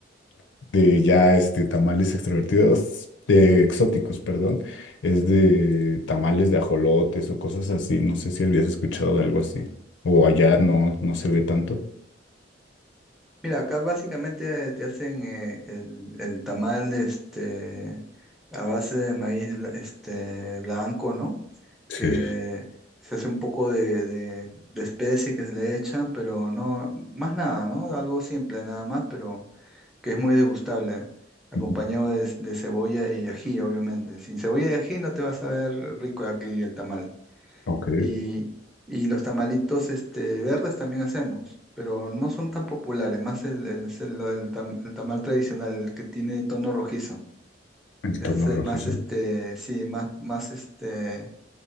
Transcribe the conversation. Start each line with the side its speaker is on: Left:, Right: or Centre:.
Left: <laughs> de ya este tamales extrovertidos, de exóticos, perdón, es de tamales de ajolotes o cosas así. No sé si habías escuchado de algo así. O allá no, no se ve tanto.
Centre: Mira, acá básicamente eh, te hacen eh, el, el tamal este, a base de maíz bla- este, blanco, ¿no?
Left: Sí.
Centre: Que se hace un poco de, de, de especie que se le echan, pero no, más nada, ¿no? Algo simple nada más, pero que es muy degustable, acompañado
Left: Ujú.
Centre: de, de cebolla y ají, obviamente. Sin cebolla y ají no te vas a ver rico aquí el tamal.
Left: Ok,
Centre: Y, y los tamalitos este, verdes también hacemos, pero no son tan populares, más el, el, es el- el tam- el tamal tradicional, el que tiene tono rojizo.
Left: el
Centre: Ese
Left: tono
Centre: es el
Left: rojizo.
Centre: más, este, sí, más, más, este,